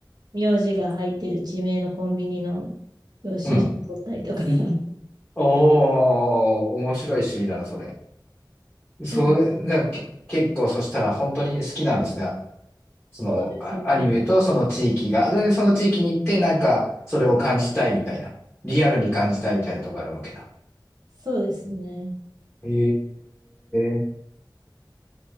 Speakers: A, on the right (about 55°); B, in the centre.
A: 名字が入ってる地名のコンビニの領収書取ったりとか。
B: うん。
A: <laughs>
B: おー、面白い趣味だな、それ。それ、
A: そう
B: だからけ、結構、そしたら本当に好きなんですね。そのあアニメとその地域が、
A: そうですね。
B: で、その地域に行って、なんか、それを感じたいみたいな。リアルに感じたいみたいなところがあるわけだ。
A: そうですね。
B: へえ。